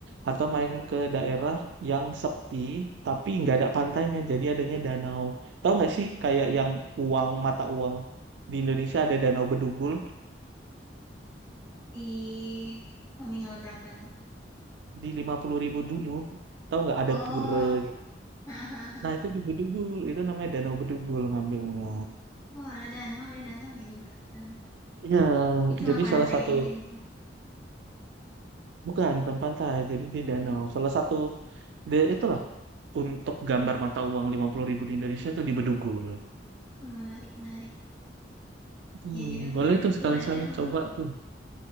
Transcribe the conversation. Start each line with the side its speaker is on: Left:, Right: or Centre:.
Right: atau main ke daerah yang sepi tapi nggak
Left: Hmm.
Right: ada pantainya. Jadi adanya danau. Tahu nggak sih kayak yang uang mata uang di Indonesia ada danau Bedugul
Left: Di nominal berapa tuh?
Right: di 50.000 dulu. Tahu nggak ada
Left: Oh,
Right: pura gitu.
Left: <laughs> hahaha.
Right: Nah itu di Bedugul itu namanya danau Bedugul ngambilnya.
Left: Oh ada danau, ada danau ya juga di sana.
Right: Iya,
Left: Ini cuma
Right: jadi
Left: pantai
Right: salah satu
Left: aja gitu.
Right: bukan bukan pantai, jadi
Left: <laughs>
Right: di
Left: Mhm.
Right: danau. Salah satu de, itulah untuk gambar mata uang 50.000 di Indonesia itu di Bedugul.
Left: Menarik, menarik.
Right: Hmm,
Left: Jadi referensi
Right: boleh tuh sekali-sekali
Left: lah ya. Hmm,
Right: coba tuh.